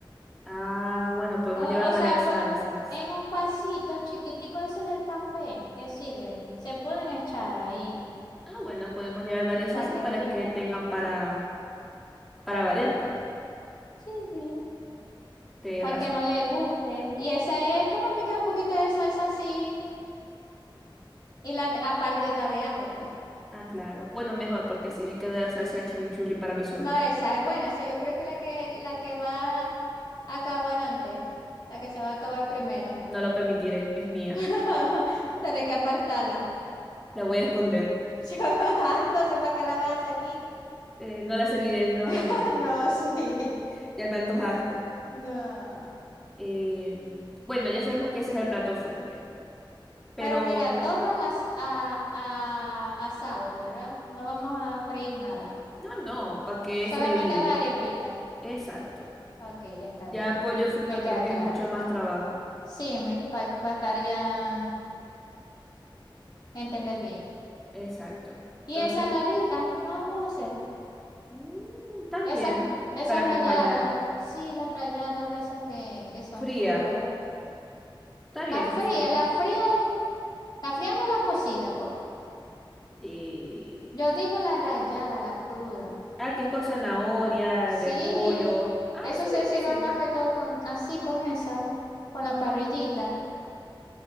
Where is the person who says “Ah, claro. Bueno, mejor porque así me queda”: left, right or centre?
Centre